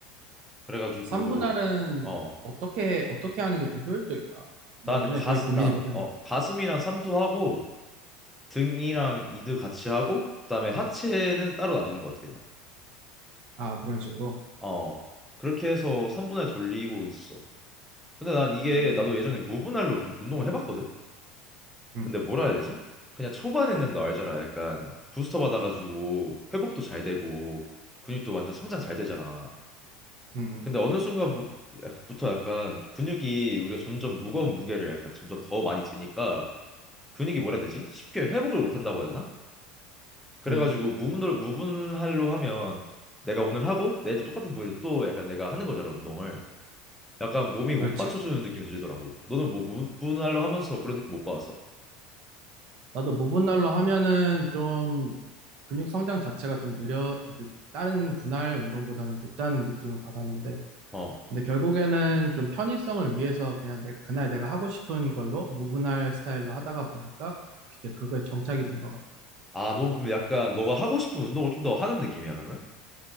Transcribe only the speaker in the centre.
그래가지고,
어,
나는
가스,
나, 어, 가슴이랑 삼두 하고, 등이랑 이드 같이 하고 그다음에 하체는 따로 놔두는 것 같아 그냥.
어 그렇게 해서 3분할 돌리고 있어. 근데 난 이게
나도 예전에 무분할로 운동을 해봤거든.
근데 뭐라 해야 되지? 그냥 초반에는 너 알잖아 약간 부스터 받아가지고 회복도 잘 되고 근육도 완전 성장 잘 되잖아.
근데 어느 순간부터 약간 근육이 우리가 점점 무거운 무게를 약간 점점 더 많이 드니까 근육이 뭐라 해야 되지? 쉽게 회복을 못 한다고 해야 되나? 그래가지고
무분별 무분할로 하면 내가 오늘 하고 내일도 똑같은 부위를 또 약간 내가 하는 거잖아 운동을 약간 몸이
못 받쳐주는 느낌이 들더라고 너는 뭐 무분할로 하면서 그런 느낌 못 받았어?
어.
아 너무 보면 약간 너가 하고 싶은 운동을 좀 더 하는 느낌이야 그러면?